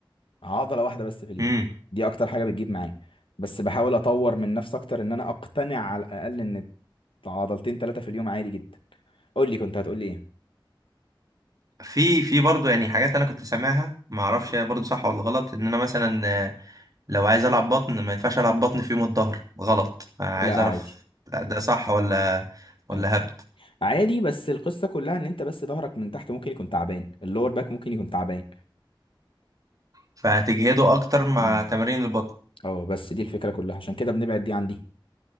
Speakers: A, on the left; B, on the right.
A: عضله واحده بس في اليوم
B: امم
A: دي اكتر حاجه بتجيب معايا بس بحاول اطور من نفسي اكتر ان انا اقتنع على الاقل ان عضلتين ثلاثه في اليوم عادي جدا قول لي كنت هتقول لي ايه
B: في في برضه يعني حاجات انا كنت سامعها ما اعرفش
A: مم.
B: هي برضه صح ولا غلط ان انا مثلا آه، لو عايز العب بطن ما ينفعش العب بطن في يوم الظهر غلط آه، عايز
A: لا
B: اعرف
A: عادي
B: لا ده صح ولا ولا
A: عادي
B: هبد
A: عادي بس القصه كلها ان انت بس ظهرك من تحت ممكن يكون تعبان اللور باك ممكن يكون تعبان
B: فهتجهده اكتر مع
A: امم
B: تمارين البطن
A: اه بس دي الفكره كلها عشان كده بنبعد دي عن دي